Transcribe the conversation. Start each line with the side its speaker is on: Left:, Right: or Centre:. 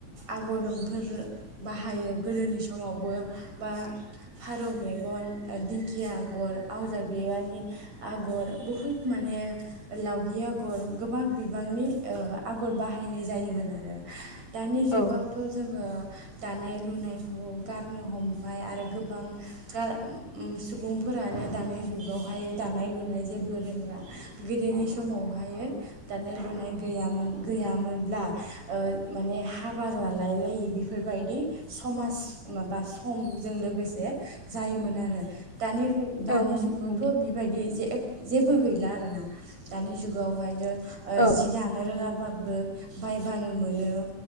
Right: आगरफोर बाहायो गोदोनि समावबो बा फारौ मेगन ओ दिंखिया आगर आवजार बिबारनि आगर बहुद माने लावगि आगर गोबां बिबांनि ओ आगर बाहायनाय जायोमोन आरो दानि
Left: औ
Right: जुगावथ जोङो दानाय लुनायखौ गारनो हमबाय आरो गोबां गार सुबुंफोरानो दानि जुगावहाय दानाय लुनाय जेबो रोंला गोदोनि समावहायो दानाय लुनाय गैयामोन गैयामोनब्ला ओ माने हाबा लालाय लायि बेफोरबायदि समाज माबा समजों लोगोसे जायोमोन आरो दानि लु दानि
Left: औ
Right: जुगावथ
Left: नंगौ नोंथां
Right: बेबायदि जे जेबो गैला आरोना दानि जुगावहायो ओ
Left: औ
Right: जि दानो रोङाब बाबो बायबानो मोनो